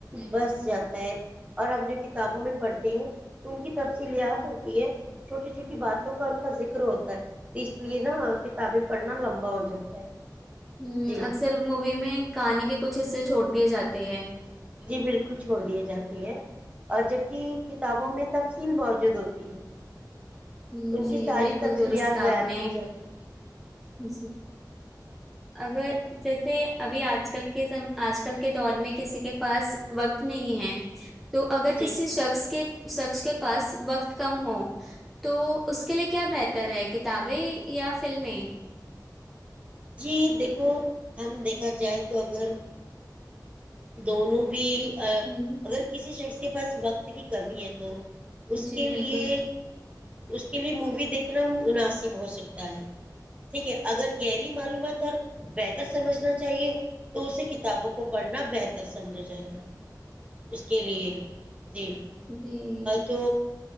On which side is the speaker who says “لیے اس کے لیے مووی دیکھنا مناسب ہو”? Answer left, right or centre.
Right